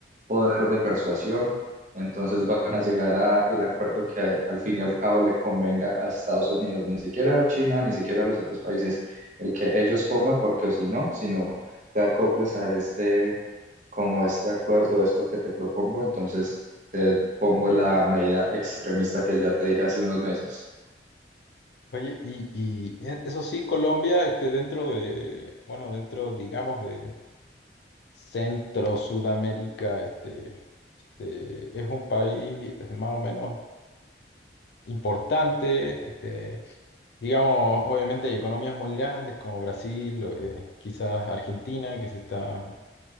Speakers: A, on the right; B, on the left.
A: poder de persuasión, entonces van a llegar a el acuerdo que al fin y al cabo le convenga a Estados Unidos, ni siquiera a China, ni siquiera a los otros países, el que ellos pongan, porque o si no, si no te acoplas a este, como este acuerdo, esto que te propongo, entonces te pongo la medida extremista que ya te dije hace unos meses.
B: Oye, y, y eh, eso sí, Colombia, este, dentro de, bueno, dentro, digamos, de Centro Sudamérica, este, este, es un país eh, más o menos importante, este, digamos, obviamente hay economías muy grandes como Brasil, o, eh, quizás Argentina, que se está